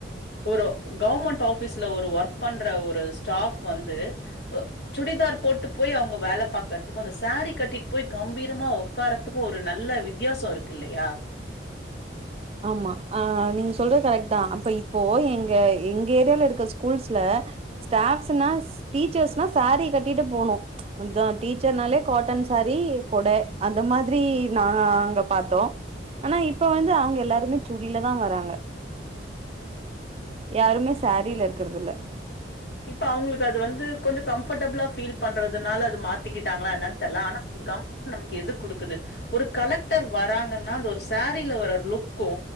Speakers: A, on the left; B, on the right.
A: ஒரு கவர்மெண்ட் ஆஃபீஸ்ல ஒரு ஒர்க் பண்ற ஒரு ஸ்டாப் வந்து சுடிதார் போட்டு போயி அவுங்க வேல பாக் க்குறத்துக்கு அந்த சேரீ கட்டிட் போயி கம்பீரமா உக்காறதுக்கு ஒரு நல்ல வித்தியாசோ இருக்கு இல்லயா
B: ஆமா ஆ நீங்க சொல்றது கரெக்ட் தா அப்ப இப்போ எங்க எங்க ஏரியால இருக்க ஸ்கூல்ஸ்ல ஸ்டாப்ஸ்னா டீச்சர்ஸ்னா சேரீ கட்டிட்டு போனு அதா டீச்சர்னாலே காட்டன் சேரீ கொட அந்த மாதிரி நாங்க பாத்தோ ஆனா இப்ப வந்து அவுங்க எல்லாருமே சுடிலதா வராங்க யாருமே சேரீல இருக்குறதுல்ல
A: இப்ப அவுங்களுக்கு அது வந்து கொஞ்சோ கம்ஃபர்டபுளா ஃபீல் பண்றதுனால அது மாத் திகிட்டாங்ளா என்னன் தெர்ல ஆனா ஒரு கமெண்ட் நமக்கு எது குடுக்குது ஒரு கலெக்டர் வராங்கன்னா அந்த ஒரு சேரீல வர லுக்கூ